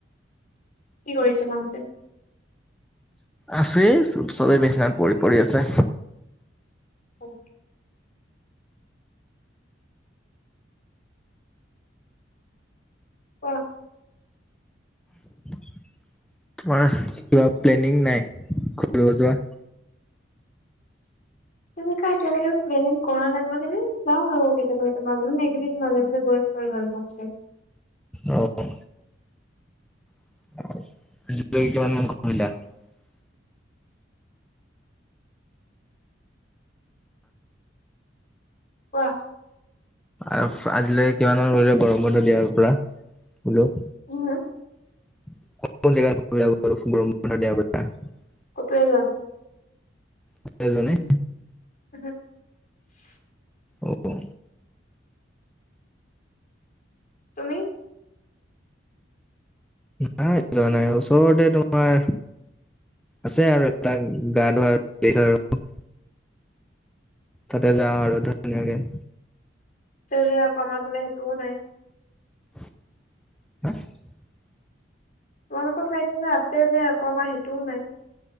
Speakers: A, on the left; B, in the centre.
A: কি কৰিছে মাহতে।
B: আছেই চবেই, বিচনাত পৰি, পৰি আছে।
A: অ'। কোৱা?
B: <inaudible> তোমাৰ কিবা প্লেনিং নাই কৰোবাত ফুৰিব যোৱা। <inaudible>
A: তেনেকা এতিয়ালৈকে প্লেনিং কৰা নাই মনে যাওঁ আৰু এইকেদিন মাজে, মাজে একদিন মাজে মাজে গৈ আছো আৰু ভাল পা, চ
B: অ', অ'। <unintelligible>
A: কোৱা?
B: আৰু আজিলৈকে কিমানৰ কৰিলে গৰম বন্ধ দিয়া পুৰা বোলো।
A: উম।
B: <unintelligible>
A: কটোৱে যোৱা নাই।
B: পৰা
A: <unintelligible>
B: যোৱা নাই অ', অ'।
A: তুমি?
B: নাই যোৱা নাই ওচৰতে তোমাৰ আছে আৰু এটা গা ধোৱা <unintelligible> তাতে
A: বা
B: যাওঁ আৰু ধুনীয়াকে।
A: যে আকৌ আমাৰ ফালে সেইটোও নাই।
B: <unintelligible>
A: তোমালোকৰ চাই দিয়া যে আছে যে, আকৌ আমাৰ সেইটোও নাই।